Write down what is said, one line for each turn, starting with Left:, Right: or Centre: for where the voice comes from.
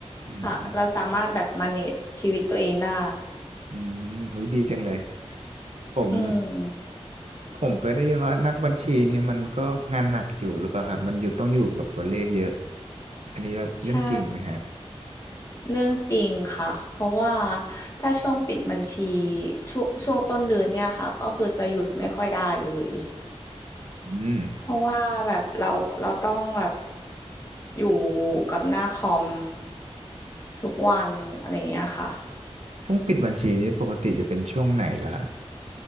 Right: อืม
Left: ค่ะเราสามารถแบบ manage ชีวิตตัวเองได้
Right: อืมอุ้ยดีจังเลยผม
Left: อืม
Right: ผมเคยได้ยินว่านักบัญชีนี่มันก็งานหนักอยู่หรือเปล่าครับมันอยู่ต้องอยู่กับตัวเลขเยอะอันนี้แบบเรื่องจริงไหมฮะ
Left: ใช่เรื่องจริงค่ะเพราะว่าถ้าช่วงปิดบัญชีช่วงช่วงต้นเดือนเนี่ยค่ะก็คือจะหยุดไม่ค่อยได้เลย
Right: อืม
Left: เพราะว่าแบบเราเราต้องแบบอยู่กับหน้าคอมทุกวันอะไรอย่างเงี้ยค่ะ
Right: ช่วงปิดบัญชีนี้ปกติจะเป็นช่วงไหนล่ะฮะ